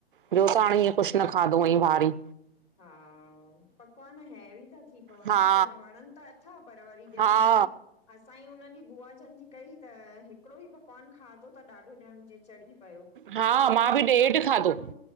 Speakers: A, on the right (about 55°); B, on the left (about 20°).
A: ॿियो
B: हा
A: त हाणें हींअं कुछु न खाधो हुवंईं भारी।
B: हा, पकवान हैवी ता थी पवन
A: हा
B: न ॾियणु, वणनि त अथा पर वरी ॾियणु
A: हा
B: हैवी असांई हुन ॾींहुं बुआ जन जी कई त हिकिड़ो ई पकवान खाधो ता ॾाढो ॼयणु जीं चढ़ी पयो,
A: हा
B: उहोई बुआ
A: मां बि
B: चए
A: ॾेढ
B: खंणु
A: खाधो
B: ॿियो